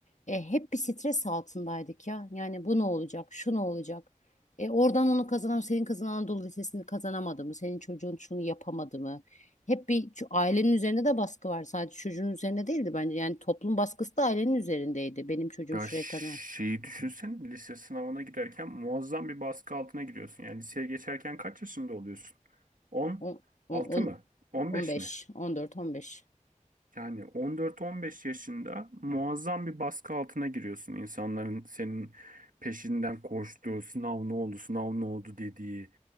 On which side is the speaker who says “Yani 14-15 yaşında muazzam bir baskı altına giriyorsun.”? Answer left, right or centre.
Right